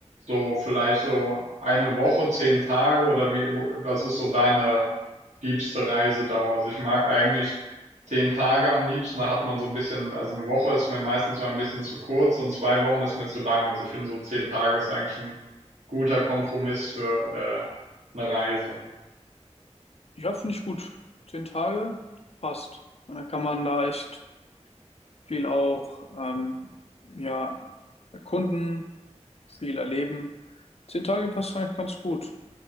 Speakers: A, on the right; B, on the left.
A: so vielleicht so eine Woche, zehn Tage oder wie wo- was ist so deine liebste Reisedauer? Also ich mag eigentlich zehn Tage am liebsten. Da hat man so ein bisschen, also eine Woche ist mir meistens mal ein bisschen zu kurz und zwei Wochen ist mir zu lang. Also ich finde so zehn Tage ist eigentlich ein guter Kompromiss für äh, eine Reise.
B: ja, finde ich gut. Zehn Tage, passt. Und dann kann man da echt viel auch, ähm, ja, erkunden, viel erleben. Zehn Tage passt eigentlich ganz gut.